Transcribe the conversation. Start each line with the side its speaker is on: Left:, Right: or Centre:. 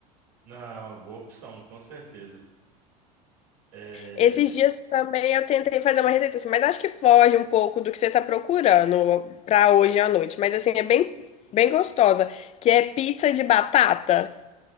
Right: Não, é uma boa opção, com certeza. É...
Left: Esses dias também eu tentei fazer uma receita assim, mas acho que foge um pouco do que você tá procurando pra hoje à noite. Mas assim, é bem, bem gostosa, que é pizza de batata,